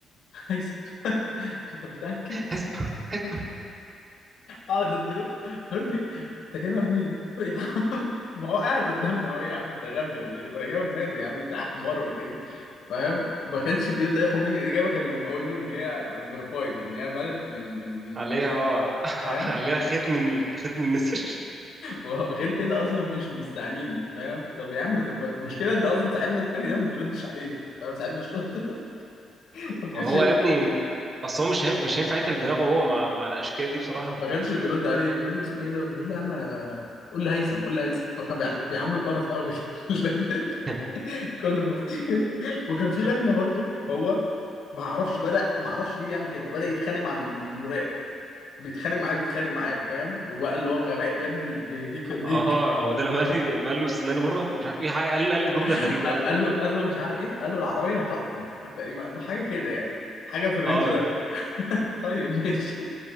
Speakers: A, on the left; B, on the right.
A: هيثم <laughs> انت متاكد
B: هسمع هسمع.
A: اقعد اديله يقول لي انت جايبها منين؟ قلت له يا عم ما هو قاعد قدامنا اهو يا عم انت غبي ولا ايه؟ وانا جايبها مادي يا عم انت احمر ولا ايه؟ فاهم؟ ما كانش بيرضى ياخد مني الاجابه غير لما اقول له ان هي فيرفايد ان هي فاليد من من من
B: عليها
A: ناس
B: اه <laughs>
A: فاهم؟
B: عليها خيط من خيط من النسر
A: وغير كده اصلا مش مستعنيني فاهم؟ طب يا عم طب المشكله ان اصلا صاحبنا التاني ده ما بيردش عليه فاهم؟ صاحبنا شاطر <laughs> ما كانش
B: ما هو يا ابني بس هو مش هينفع مش هينفع يتعب دماغه هو مع, مع الاشكال دي بصراحه في
A: ما كانش
B: ال...
A: بيرد عليه بيقول له اسمه ايه ده؟ بيقول له يا عم انا قول لي هيثم قول لي هيثم فكان بيعل- بيعامله بقرف قوي <laughs>
B: <laughs>
A: كل ما افتكر وكان في لجنه برضو هو ما اعرفش بدا ما اعرفش ليه بيعمل كده بدا يتخانق مع الم- المراقب بيتخانق معاه بيتخانق معاه فاهم وبقى اللي هو غباء يا ابني بيهديك يرضيك
B: اه هو ده لما قال لي لما قال له استناني بره مش عارف ايه حاجة- قال قال جمله
A: <laughs>
B: غريبه قوي كده
A: قال له قال له مش عارف ايه قال له العربيه هتحكم تقريبا قال له حاجه كده يعني حاجه في الرينج
B: اه
A: ده طيب ماشي